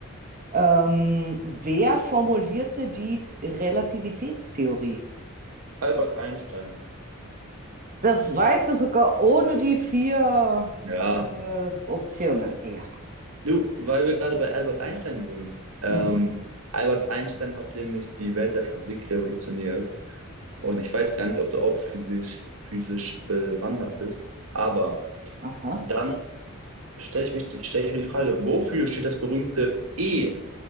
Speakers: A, on the right; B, on the right.
A: Ähm, wer formulierte die Relativitätstheorie?
B: Albert Einstein.
A: Das weißt du sogar ohne die vier
B: Ja,
A: äh, Optionen. Ja.
B: Du, weil wir gerade bei Albert Einstein sind. Ähm,
A: Mhm.
B: Albert Einstein hat nämlich die Welt der Physik revolutioniert. Und ich weiß gar nicht, ob du auch physisch, physisch bewandert bist. Aber
A: Aha.
B: dann stelle ich mich, die- stell ich mir die Frage, wofür steht das berühmte E